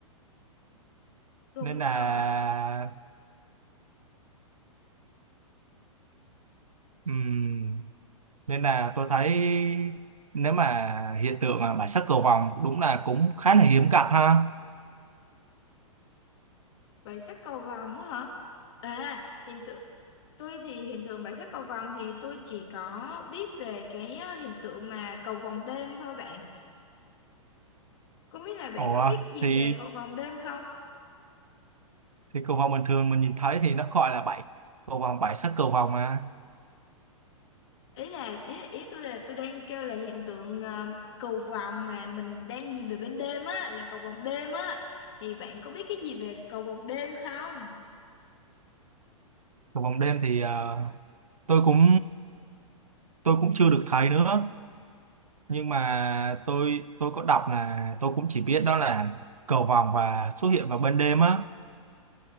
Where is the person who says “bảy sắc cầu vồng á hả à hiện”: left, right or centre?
Left